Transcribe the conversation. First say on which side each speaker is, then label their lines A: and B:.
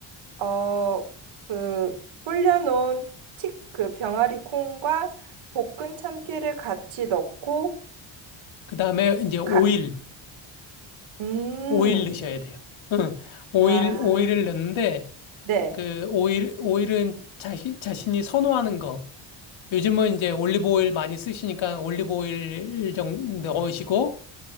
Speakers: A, on the right; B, on the left.
A: 어, 그 불려놓은 치, 그 병아리 콩과 볶은 참깨를 같이 넣고
B: 그 다음에 이제 오일,
A: 가, 음,
B: 오일 넣으셔야 돼요. 응. 오일,
A: 아,
B: 오일을 넣는데,
A: 네,
B: 그 오일, 오일은 자신, 자신이 선호하는 거. 요즘은 이제 올리브 오일 많이 쓰시니까 올리브 오일 좀 넣으시고,